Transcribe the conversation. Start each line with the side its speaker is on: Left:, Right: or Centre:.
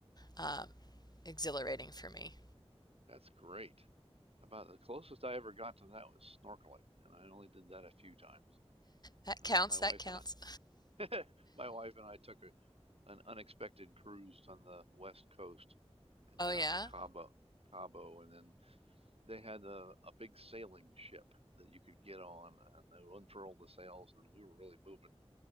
Left: um, exhilarating for me.
Right: that's great. About the closest I ever got to that was snorkeling, and I only did that a few times.
Left: That
Right: Uh,
Left: counts,
Right: my
Left: that
Right: wife
Left: counts.
Right: and I, <laughs> my wife and I took a, an unexpected cruise on the west coast and
Left: Oh,
Right: down
Left: yeah,
Right: to Cabo, Cabo, and then they had a, a big sailing ship that you could get on, and they unfurled the sails, and we were really moving.